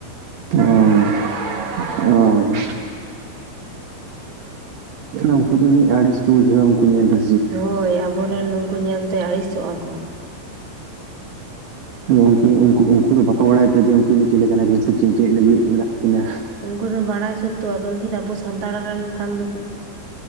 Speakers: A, on the right; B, on the right.
A: ᱚᱭ ᱦᱳᱭ ᱩᱱᱠᱩ ᱫᱚ ᱟᱹᱲᱤᱥ ᱠᱚ ᱵᱩᱡᱷᱟᱹᱣᱟ ᱩᱱᱠᱩ ᱧᱮᱞ ᱫᱚ
B: ᱦᱳᱭ ᱟᱵᱚᱨᱮᱱ ᱩᱱᱠᱩ ᱧᱮᱞᱛᱮ ᱟᱹᱲᱤᱥᱚᱜᱼᱟ ᱠᱚ
A: ᱟᱫᱚ ᱩᱱᱠ ᱩᱱᱠᱩ ᱫᱚ ᱵᱟᱠᱚ ᱵᱟᱲᱟᱭ ᱫᱟ ᱡᱮ ᱩᱱᱠᱤᱱ ᱫᱚ ᱪᱮᱞᱮ ᱠᱟᱱᱟ ᱥᱮ ᱪᱮᱫ ᱞᱟᱹᱜᱤᱫ ᱢᱮᱱᱟᱜ ᱠᱤᱱᱟ
B: ᱩᱱᱠᱩ ᱫᱚ ᱵᱟᱲᱟᱭ ᱥᱚᱛᱳ ᱟᱫᱚ ᱩᱱᱠᱤᱱ ᱫᱚ ᱟᱵᱚ ᱥᱟᱱᱛᱟᱲ ᱨᱮᱱ ᱠᱟᱱ ᱫᱚᱠᱤᱱ